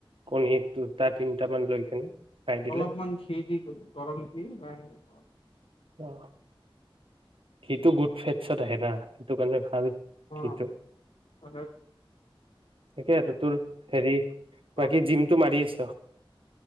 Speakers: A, on the right; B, on the left.
A: কণী দুটা তিনিটামান লৈ কেনে খাই দিলে
B: অলপমান ঘি দি গৰম বা এনে
A: অ সেইটো গুড ফেটচত আহে না সেইটো কাৰণে ভাল
B: অ
A: ঘিটো
B: আ
A: তাকে আৰু তোৰ হেৰি
B: অ
A: বাকী জিমতটো মাৰি আছ <inaudible>